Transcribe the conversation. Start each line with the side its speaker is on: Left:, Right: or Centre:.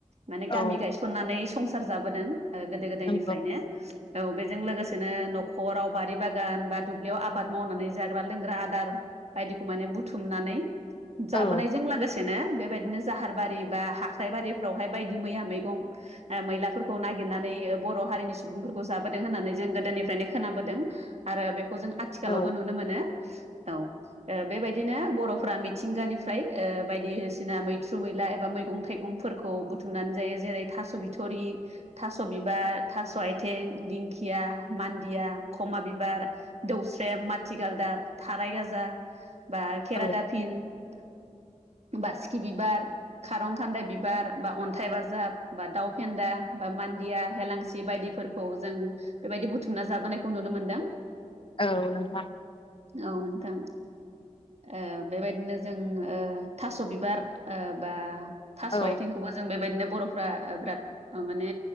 Right: माने गामि
Left: औ
Right: गायसननानै संसार जाबोदों गोदो गोदायनिफ्रायनो
Left: नंगौ
Right: । औ बेजों लोगोसेनो न'खराव बारि बागान बा दुब्लियाव आबाद मावनानै जाग्रा लोंग्रा आदार बायदिखौ माने बुथुमनानै जाबोनायजों
Left: औ
Right: लोगोसेनो बेबायदिनो जाहार बारि बा हाक्राइबारिफ्रावहाय बायदि मैया मैगं ओ मैलाफोरखौ नागिरनानै' बर हारिनि सुबुंफोरखौ जाबोदों होननानै जों गोदोनिफ्रायनो खोनाबोदों आरो बे खौ जों आथिखालावबो
Left: औ
Right: नुनोमोनो। औ ओ बेबादिनो बर फ्रा मिथिंगानिफ्राय ओ बायदिसिना मैगं मैद्रु मैला एबा मैगं थाइगंफोरखौ बुथुमनानै जायो जेरै थास' बिथ रि थास' बिबार थास'आइ थें दिंखिया मानदिया खमा बिबार दौस्रेम माथिगालदाब था <unintelligible> बा खेरा
Left: औ
Right: दाफिन बासिखि बि बार खारं खान्दाय बिबार बा अन्थाइ बाजाब बा दाउ फेन्दा बा मान्दिया सि बायदिफोरखौ जों बेबायदि बुथुमना जाबोनायखौ नुनो मोनदों।
Left: औ नोंथां।
Right: औ नोंथां ओ बेबायदिनो जों ओ थास' बिबार ओ बा थास'
Left: औ
Right: आथिंखौबो जों बेबायदिनो बर'फ्रा बिराद माने